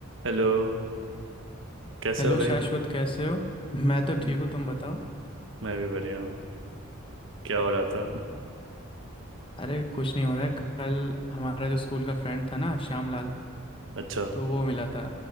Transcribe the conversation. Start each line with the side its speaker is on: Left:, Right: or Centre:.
Right: Hello कैसे
Left: Hello
Right: हो भाई
Left: Shashwat कैसे हो मैं तो ठीक
Right: हम्म,
Left: हूँ तुम बताओ
Right: मैं भी बढ़िया हूँ क्या हो रहा था
Left: अरे कुछ नहीं हो रहा है कल हमारा जो स्कूल का फ्रेंड था ना श्यामलाल
Right: अच्छा
Left: तो वो मिला था